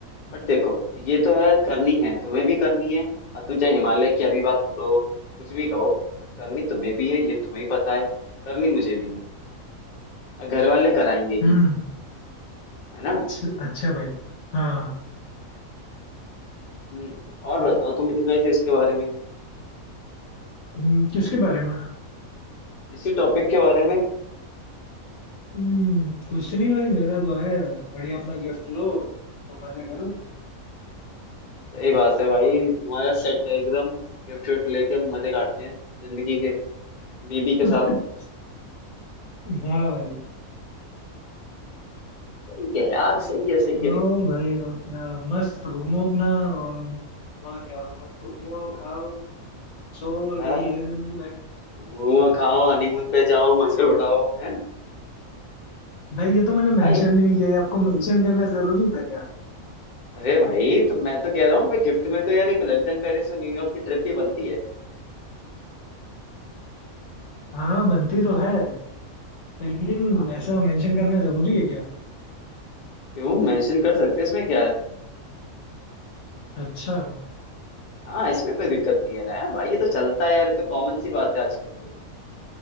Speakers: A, on the left; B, on the left.
A: बट देखो ये तो है करनी है तुम्हें भी करनी है और तुम चाहे हिमालय की अभी बात करो कुछ भी कहो बट करनी तुम्हें भी है ये तुम्हें ही पता है करनी मुझे भी है और घर वाले कराएंगे
B: हम्म
A: ही है ना
B: छ- अच्छा भाई हाँ
A: हम्म और बताओ तुम कुछ ऐसे इसके बारे में
B: हम्म, किसके बारे में
A: इसी टॉपिक के बारे में
B: हम्म कुछ नहीं भाई मेरा तो है बढ़िया अपना गिफ्ट लो तो मजे करो
A: सही बात है भाई तुम्हारा सेट है एकदम गिफ्ट विफ्ट लेके मजे काटने हैं जिंदगी के बीबी के
B: <laughs>
A: साथ
B: हाँ भाई
A: सही है यार सही है सही
B: और
A: है
B: भाई और क्या मस्त घूमो अपना और और क्या मस्त घूमो खाओ सो
A: हाँ,
B: यही है जिंदगी भाई
A: घूमो खाओ हनीमून पे जाओ मजे उड़ाओ हैं
B: भाई ये तो मैंने मेंशन
A: भाई
B: भी नहीं किया ये आपको मेंशन करना जरूरी था क्या
A: अरे भाई तो मैं तो कह रहा हूँ भाई गिफ्ट में तो यार एक लंदन पेरिस और न्यूयॉर्क की ट्रिप भी बनती है
B: हाँ बनती तो है लेकिन
A: हाँ
B: ऐसा मेंशन करना जरूरी है क्या
A: क्यों मेंशन कर सकते हैं इसमें क्या है
B: अच्छा
A: हाँ इसमें कोई दिक्कत नहीं है ना यार भाई ये तो चलता है यार ये तो कॉमन सी बात है आजकल के